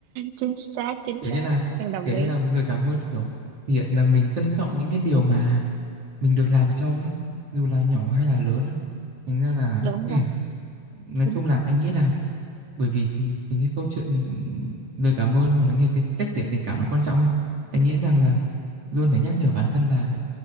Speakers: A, on the right; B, on the right.
A: chính xác chính
B: Kiểu
A: xác
B: như là
A: em đồng
B: kiểu
A: ý
B: như là lời cảm ơn kiểu thể hiện rằng mình trân trọng những cái điều mà mình được làm cho ấy, dù là nhỏ hay là lớn. á. Thành ra là
A: đúng
B: ừ,
A: rồi
B: nói
A: chính
B: chung là
A: xác
B: anh nghĩ là bởi vì chính cái câu chuyện lời cảm ơn hoặc là nghe cái cách thể hiện tình cảm nó quan trọng ấy. Anh nghĩ rằng là luôn phải nhắc nhở bản thân là